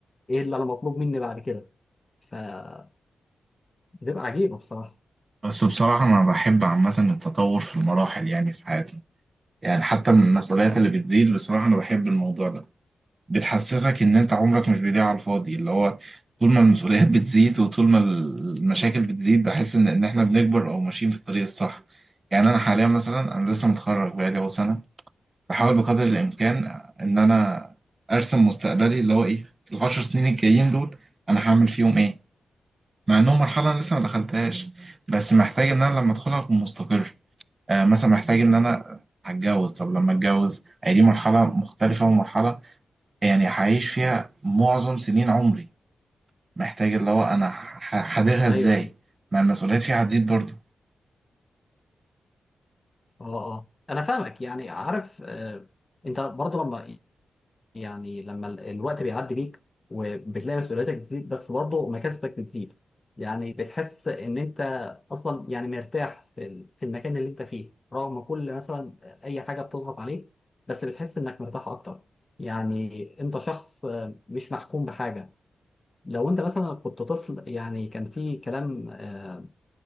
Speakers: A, on the left; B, on the right.
A: ايه اللي انا مطلوب مني بعد كده فبتبقى عجيبه بصراحه
B: بس بصراحة انا بحب عامة التطور في المراحل يعني في حياتنا يعني حتى من المسؤوليات اللي بتزيد بصراحة انا بحب الموضوع ده بتحسسك ان انت عمرك مش بيضيع على الفاضي اللي هو طول ما المسؤوليات بتزيد وطول ما المشاكل بتزيد بحس ان ان احنا بنكبر او ماشيين في الطريق الصح يعني انا حاليا مثلا انا لسه متخرج بقالي اهو سنه بحاول بقدر الامكان ان انا ارسم مستقبلي اللي هو ايه العشر سنين الجايين دول انا هعمل فيهم ايه مع انهم مرحله أنا لسه ما دخلتهاش بس محتاج ان انا لما ادخلها اكون مستقر آه مثلا محتاج ان انا هتجوز طب لما اتجوز هي دي مرحله مختلفه ومرحله يعني هعيش فيها معظم سنين عمري محتاج اللي هو انا ح- هحضرها ازاي
A: ايوه أيوه.
B: ما المسؤوليات فيها هتزيد برضه
A: اه اه انا فاهمك يعني عارف آه انت برضو لما يعني لما ال- الوقت بيعدي بيك وبتلاقي مسؤولياتك بتزيد بس برضو مكاسبك بتزيد يعني بتحس ان انت اصلا يعني مرتاح في ال- في المكان اللي انت فيه رغم كل مثلا اي حاجه بتضغط عليك بس بتحس انك مرتاح اكتر يعني انت شخص آه، مش محكوم بحاجه لو انت مثلا كنت طفل يعني كان في كلام آه،